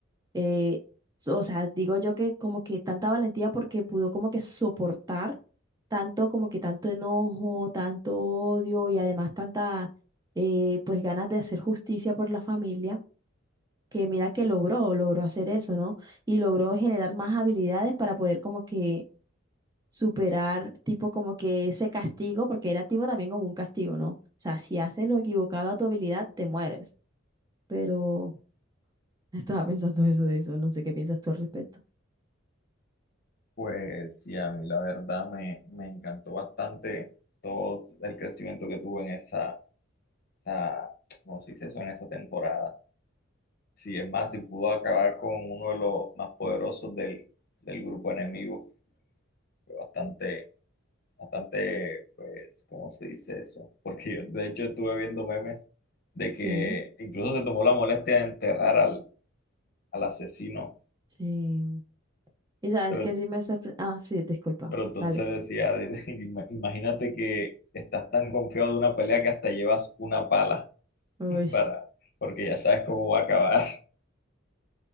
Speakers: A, on the right; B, on the left.
A: eh, so, o sea, digo yo que como que tanta valentía porque pudo como que soportar tanto, como que tanto enojo, tanto odio y además tanta, eh, pues ganas de hacer justicia por la familia, que mira que logró, logró hacer eso, ¿no? Y logró generar más habilidades para poder como que superar tipo como que ese castigo, porque era tipo también como un castigo, ¿no? O sea, si haces lo equivocado a tu habilidad, te mueres. Pero <laughs> estaba pensando eso de eso, no sé qué piensas tú al respecto.
B: Pues sí, a mí la verdad me, me encantó bastante todo el crecimiento que tuvo en esa, esa, ¿cómo se dice eso? En esa temporada. Sí, es más, si pudo acabar con uno de los más poderosos del, del grupo enemigo. Fue bastante, bastante, pues, ¿cómo se dice eso? Porque yo, de hecho, estuve viendo memes de que
A: Sí.
B: incluso se tomó la molestia de enterrar al, al asesino.
A: Sí. Y sabes
B: Pero,
A: que sí me sorprendió. Ah, sí, disculpa.
B: pero entonces
A: Dale.
B: decía, de- <laughs> ima- imagínate que estás tan confiado de una pelea que hasta llevas una pala
A: Uy.
B: <laughs> para, porque ya sabes cómo va a acabar. <laughs>